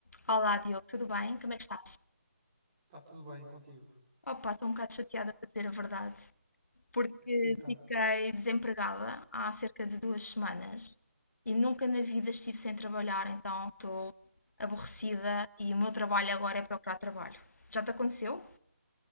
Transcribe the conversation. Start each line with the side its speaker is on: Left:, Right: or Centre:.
Left: Olá, Diogo, tudo bem? Como é que estás?
Right: Está tudo bem contigo?
Left: Opa, estou um bocado chateada para dizer a verdade, porque
Right: Então,
Left: fiquei desempregada há cerca de duas semanas e nunca na vida estive sem trabalhar, então estou aborrecida e o meu trabalho agora é procurar trabalho. Já te aconteceu?